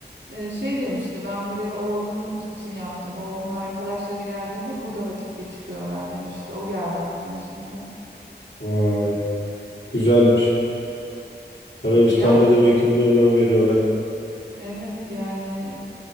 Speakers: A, on the right (about 85°); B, on the left (about 85°).
A: Ee, şey demişti ben burayı oğlumun için yaptım. Oğlumun arkadaşları geldiğinde burada vakit geçiriyorlar demişti. O geldi aklıma şimdi.
B: Vay, güzelmiş. Arabistan'da
A: Yani
B: demek ki buna önem veriyorlar.
A: evet yani